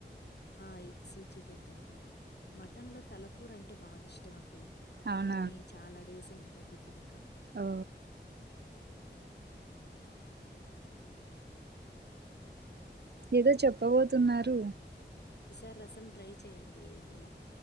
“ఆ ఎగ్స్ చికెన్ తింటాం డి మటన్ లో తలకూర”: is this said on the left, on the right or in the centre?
Left